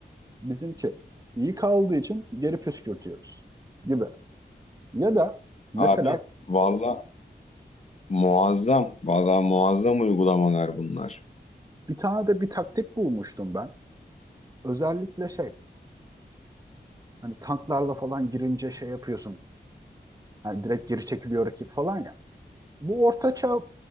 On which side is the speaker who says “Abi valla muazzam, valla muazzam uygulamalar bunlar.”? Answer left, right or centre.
Left